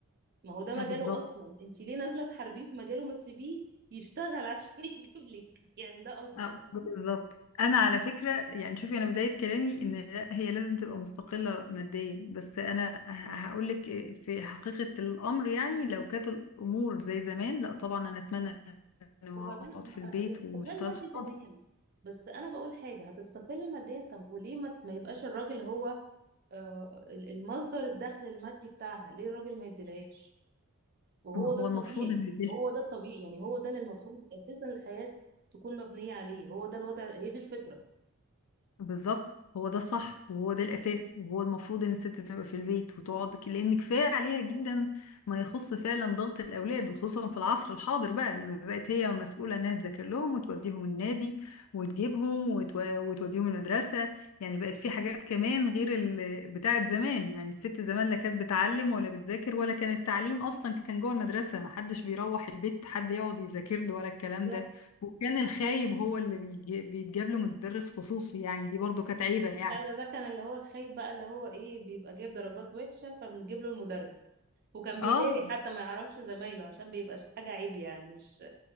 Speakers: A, on the right; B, on the left.
A: ما هو ده مجاله
B: آه بالظبط
A: اصلا انت ليه نازله تحاربيه في مجاله ما تسيبيه يشتغل عشان <laughs> يجيب لك يعني ده قصدي
B: آه
A: فاهمة؟
B: بالظبط انا على فكره يعني شوفي انا بدايه كلامي ان لا هي لازم تبقى مستقله ماديا بس انا هقول لك في حقيقه الامر يعني لو كانت الامور زي زمان لا طبعا انا اتمنى اني اقعد
A: وبعدين أم-
B: في البيت
A: هي استقلال
B: وما اشتغلش
A: مادي تمام
B: خالص
A: بس انا بقول حاجه هتستقل ماديا طب وليه ما ما يبقاش الراجل هو آه، ال- المصدر الدخل المادي بتاعها ليه الراجل ما يديلهاش وهو
B: ما
A: ده
B: هو
A: الطبيعي
B: المفروض انه يديلها
A: هو ده الطبيعي يعني هو ده اللي المفروض اساسا الحياه تكون مبنيه عليه هو ده الوضع هي دي الفطره
B: بالظبط هو ده الصح وهو ده الاساس وهو المفروض ان الست تبقى في البيت وتقعد ك- لان كفايه عليها جدا ما يخص فعلا ضغط الاولاد وخصوصا في العصر الحاضر بقى لما بقت هي مسؤوله انها تذاكر لهم وتوديهم النادي وتجيبهم وتو... وتوديهم المدرسه يعني بقت في حاجات كمان غير ال... بتاعه زمان يعني الست زمان لا كانت بتعلم ولا بتذاكر ولا كان التعليم اصلا كان جوه المدرسه ما حدش بيروح البيت حد يقعد يذاكر له ولا الكلام
A: بالظبط
B: ده وكان الخايب هو اللي بيجي- بيتجاب له مدرس خصوصي يعني دي برضو كانت عيبة يعني
A: لا ده ده كان اللي هو الخايب بقى اللي هو ايه بيبقى جايب درجات وحشة فبنجيب له المدرس وكان بيداري
B: اه
A: حتى ما يعرفش زمايله عشان بيبقى حاجة عيب يعني مش